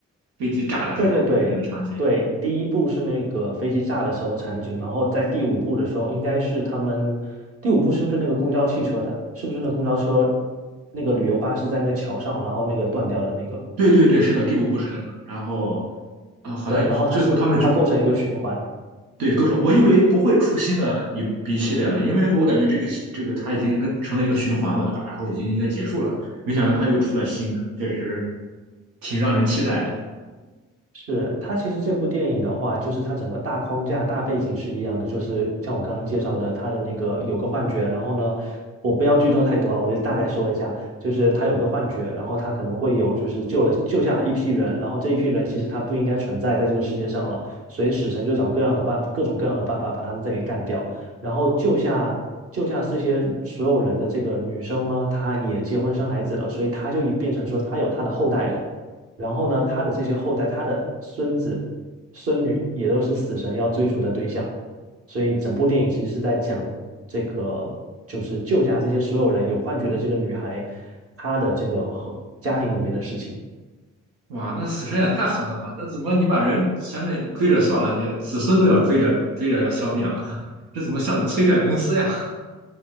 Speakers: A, on the right; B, on the right.
A: 飞机炸的时候的那个场景。
B: 对对对对，第一部是那个飞机炸的时候场景，然后在第五部的时候，应该是他们第五部是不是那个公交汽车的？是不是那公交车那个旅游巴士在那个桥上，然后那个断掉的那个？
A: 对对对，是的，第五部是那个。然后啊、呃好像最最后他们就
B: 对，然后它是它构成一个循环，
A: 对，构成我以为不会出新的一一系列了，因为我感觉这个这个它已经跟成了一个循环嘛，对吧？然后已经应该结束了，没想到它又出了新的，确实挺让人期待的。
B: 是，它其实这部电影的话，就是它整个大框架、大背景是一样的，就是像我刚刚介绍的，它的那个有个幻觉，然后呢，我不要剧透太多啊，我就大概说一下，就是他有个幻觉，然后他可能会有就是救了救下了一批人，然后这一批人其实他不应该存在在这个世界上了，所以死神就找各样的办各种各样的办法把他们再给干掉，然后救下。救下这些所有人的这个女生呢，她也结婚生孩子了，所以她就已变成说她有她的后代了。然后呢，他的这些后代，他的孙子、孙女也都是死神要追逐的对象，所以整部电影其实是在讲这个，就是救下这些所有人有幻觉的这个女孩，她的这个后家庭里面的事情。
A: 哇，那死神也太狠了吧！那怎么你把人前面追着算了，你子孙都要追着追着要消灭了，<laughs> 这怎么像催债公司呀？<laughs>